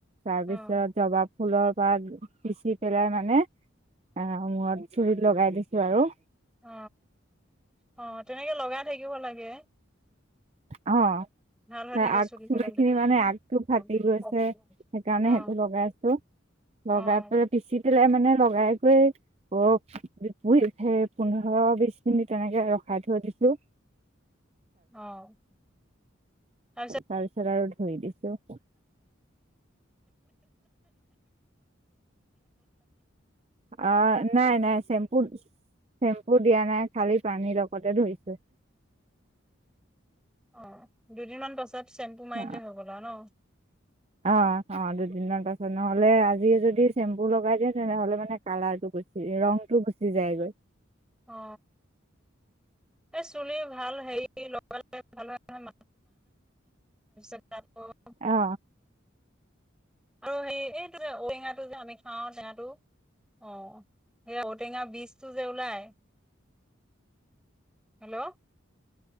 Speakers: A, on the right; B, in the centre.
A: তাৰপিছত
B: অ',
A: জোৱা ফুলৰ পাত পিচি পেলাই মানে আ মূৰত চুলিত লগাই দিছোঁ আৰু।
B: অ, অ তেনেকে লগাই থাকিব লাগে।
A: অ।
B: ভাল হৈ
A: <unintelligible>
B: থাকে
A: আগ চুলি
B: কেইডাল
A: খিনি
B: তেতিয়া।
A: মানে আগটো
B: অ',
A: ফাটি গৈছে সেইকাৰণে সেইটো লগাই আছোঁ।
B: অ',
A: লগাই পেলাই পিচি পেলাই মানে লগাই কৰি <unintelligible> পোন্ধৰ বিশ মিনিট এনেকে ৰখাই থৈ দিছোঁ। <inaudible>
B: অ'। তাৰপিছত
A: তাৰ পিছত আৰু ধুই দিছোঁ। অ নাই, নাই চেম্পু চেম্পু দিয়া নাই খালি পানীৰ লগতে ধুইছোঁ।
B: অ দুদিনমান পাছত চেম্পু মাৰি
A: অ
B: দিলে হৈ গ'ল আৰু নহ।
A: অ, অ দুদিনমান পাছত নহ'লে আজিয়ে যদি চেম্পু লগাই দিয়ে তেনেহলে মানে। কালাৰ টো গুচি ৰং টো গুচি যায়গৈ।
B: অ। এই চুলি ভাল হেৰি লগালে ভাল হয়। <unintelligible>
A: অ।
B: আৰু <unintelligible> এইটো ঔ টেঙাটো যে আমি খাওঁ টেঙাটো। অ সেইয়া ঔ টেঙাৰ বীজটো যে ওলাই। হেল্ল'।